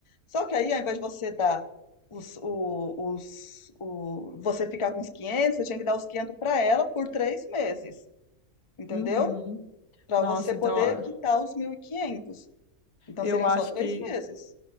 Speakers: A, on the left (about 25°); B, on the left (about 85°).
A: Só que aí, ao invés de você dar os, o, os, o, você ficar com os quinhentos você tinha que dar os 500 para ela por três meses, entendeu?
B: Uhum.
A: Para
B: Nossa,
A: você
B: então
A: poder
B: ó,
A: quitar os mil e quinhentos Então
B: eu
A: seriam
B: acho
A: só três
B: que
A: meses